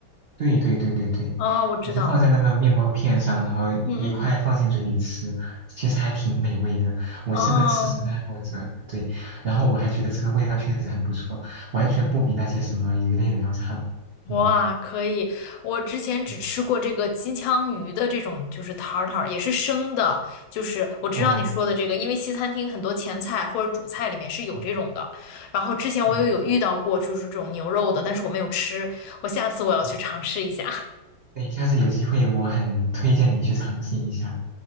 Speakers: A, on the right; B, on the left.
A: 对对对对对，
B: 哦，我知道，
A: 你就放在那个面包片上，然后一块放进嘴里吃，
B: 嗯嗯，
A: 其实还挺美味的。我是个吃神爱好者，
B: 哦，
A: 对，然后我还觉得这个味道确实很不错，完全不比那些什么鱼类的要差。嗯，
B: 哇，可以。我之前只吃过这个金枪鱼的这种，
A: 嗯
B: 就是 tartar，也是生的。就是我知道你说的这个，
A: 哦，
B: 因为西餐厅很多前菜或者主菜里面是有这种的。
A: 嗯
B: 然后之前我也有遇到过，
A: 嗯，
B: 就是这种牛肉的，但是我没有吃。我下次我要去尝试一下。
A: 好
B: <laughs>
A: 对，下次有机会我很推荐你去尝试一下，